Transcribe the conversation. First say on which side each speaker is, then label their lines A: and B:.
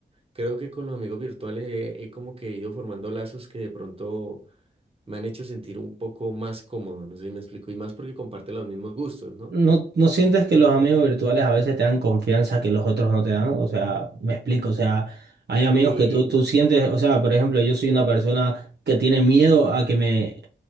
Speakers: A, on the right; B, on the right.
A: creo que con los amigos virtuales he, he como que ido formando lazos que de pronto me han hecho sentir un poco más cómodo, no sé si me explico, y más porque comparte los mismos gustos, ¿no?
B: ¿No, no sientes que los amigos virtuales a veces te dan confianza que los otros no te dan? O sea, me explico, o sea, hay amigos
A: Y
B: que tú, tú sientes, o sea, por ejemplo, yo soy una persona que tiene miedo a que me,